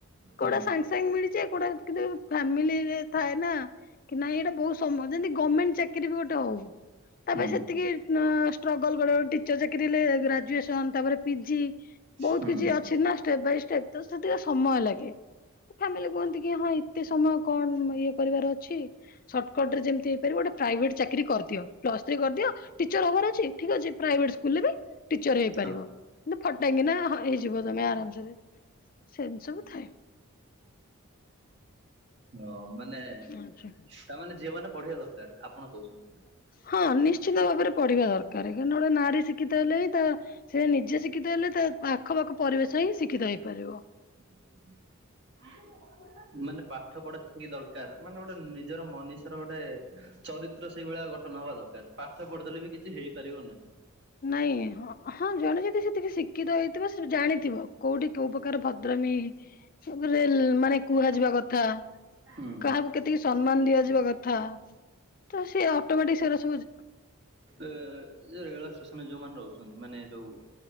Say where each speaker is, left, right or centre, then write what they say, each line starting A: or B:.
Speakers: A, on the right; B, on the left.
A: ହୁଁ
B: କୋଉଟା ସାଙ୍ଗେ ସାଙ୍ଗେ ମିଳିଛି କୋଉଟା କିମିତି ଫାମିଲିରେ ଥାଏ ନା କି ନାଇଁ ଏଇଟା ବହୁତ ସମ ଯେମିତି ଗମେଣ୍ଟ ଚା କିରି ବି ଗୋଟେ ହଉ ତା
A: ହୁଁ
B: ପରେ ସେତିକି ନାଁ ଷ୍ଟ୍ରଗଲ କରିବା ଗୋଟେ ଟିଚର ଚାକିରି ହେଲେ ଗ୍ରାଜୁଏସ କଣ ତାପରେ ପିଜି ବହୁତ
A: ହୁଁ
B: କିଛି ଅଛି ନା ଷ୍ଟେପବାଇ ଷ୍ଟେପେ ତ ସେତିକ ସମୟ ଲାଗେ ଫ୍ୟାମିଲି କୁହନ୍ତି କି ହଁ ଏତେ ସମୟ କଣ ଇଏ କରିବାର ଅଛି ସର୍ଟକଟରେ ଯେମିତି ହେଇପାରିବ ଗଟେ ପ୍ରାଇଭେଟ ଚାକିରି କରିଦିଅ ପ୍ସ ଥ୍ରୀ କରିଦିଅ। ଟିଚର ହବାର ଅଛି ଠିକ୍ ଅଛି ପ୍ରାଇଭେଟ୍ ସ୍କୁଲରେ ବି ଟିଚର ହେଇବି ପାରିବ
A: ହଁ
B: କିନ୍ତ ଫଟାଙ୍ଗି ନା ହ ହେଇଯିବ ତମେ ଆରାମସରେ ସେମିତି ସବୁ ଥାଏ।
A: ହଁ ମାନେ
B: ଆଚ୍ଛା।
A: ତା ମାନେ ଝିଅ ମାନେ ପଢେଇବା ଦରକାର ଆପଣ କହୁଛନ୍ତି।
B: ହଁ ନିଶ୍ଚିତ ଭାବରେ ପଢିବା ଦରକାର କାରଣ ଗୋଟେ ନାରୀ ଶିକ୍ଷିତ ହେଲେ ହିଁ ତା ସେ ନିଜେ ଶିକ୍ଷିତ ହେଲେ ତା ଆଖପାଖ ପରିବେଶ ହିଁ ଶିକ୍ଷିତ ହେଇପାରିବ।
A: <unintelligible> ହେଁ ମାନେ ପାଠ ପଢା ଯେତିକି ଦରକାର ମାନେ ଗୋଟେ ନିଜର ମନିଷର ଗୋଟେ ଚରିତ୍ର ସେଇଭଳିଆ ଗଠନ ହବା ଦରକାର ପାଠ ପଢିଦେଲେ ବି କିଛି ହେଇପାରିବ ନାହିଁ
B: ନାଇଁଁ ହଁ ହଁ ଜଣେ ଯଦି ସେତିକି ଶିକ୍ଷିତ ହେଇ ଥିବ ସେ ଜାଣିଥିବ କୋଉଠି କୋଉ ପ୍ରକାର ଭଦ୍ରମୀରେ ମାନେ କୁହାଯିବା କଥା
A: ହୁଁ।
B: କାହାକୁ କେତିକି ସମ୍ମାନ ଦିଆଯିବା କଥା। ତ ସେ ଅଟୋମେଟିକ ସେଟା ସବୁ
A: ଏ ରେଳ ଷ୍ଟେସନରେ ଯୋଉମାନେ ରହୁଛନ୍ତି ମାନେ ଯୋଉ